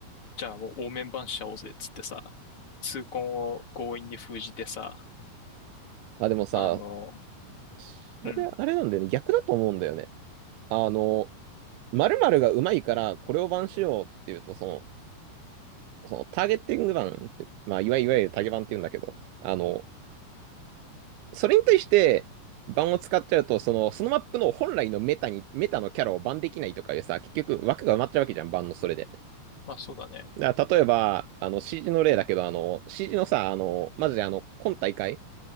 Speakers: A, on the left; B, on the right.
A: じゃあもう応面番しちゃおうぜっつってさ、痛恨を強引に封じてさ、
B: あ、でもさ、
A: あの、
B: それあれなんだよね。
A: うん、
B: 逆だと思うんだよね。あの、〇〇が上手いから、これを版しようっていうと、その、そのターゲッティング版って、まあ、いわいわゆるタゲ版って言うんだけど、あの、それに対して、バンを使っちゃうと、その、そのマップの本来のメタに、メタのキャラをバンできないとかでさ、結局枠が埋まっちゃうわけじゃん、バンのそれで。
A: まあそうだね。
B: だから例えば、あの、CG の例だけど、あの、CG のさ、あの、マジであの、今大会